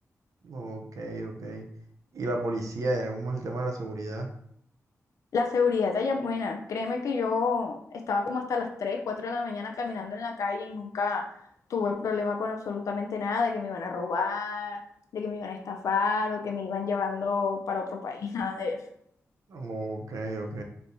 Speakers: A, on the right; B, on the left.
A: ok, ok. Y la policía, allá cómo es el tema de la seguridad.
B: La seguridad de allá es buena. Créeme que yo estaba como hasta las 3, 4 de la mañana caminando en la calle y nunca tuve problema con absolutamente nada, de que me iban a robar, de que me iban a estafar o que me iban llevando para otro país, <laughs> nada de eso.
A: Ok, ok.